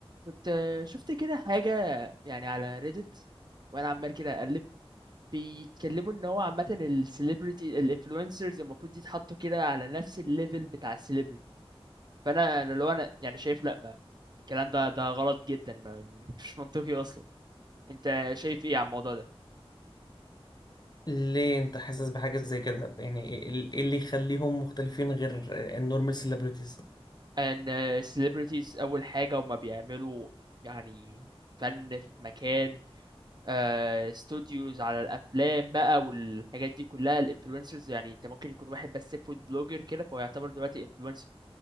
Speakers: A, on the right; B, on the left.
A: كنت آه، شفت كده حاجة يعني على ريدت وانا عمال كده اقلب بيتكلموا ان هو عامة السليبرتي الانفلونسرز المفروض يتحطوا كده على نفس الليفل بتاع السليبرتي فانا أنا لو انا يعني شايف لا ما الكلام ده ده غلط جدا ما مش منطقي اصلا انت شايف ايه على الموضوع ده
B: ليه انت حاسس بحاجة زي كده يعني ايه إيه إيه اللي يخليهم مختلفين غير النورمال سيلبرتيز
A: ان السليبرتيز اول حاجة وما بيعملوا يعني فن في مكان آه، استوديوز على الافلام بقى والحاجات دي كلها الانفلونسرز يعني انت ممكن يكون واحد بس فود بلوجر كده فهو يعتبر دلوقتي انفلونسر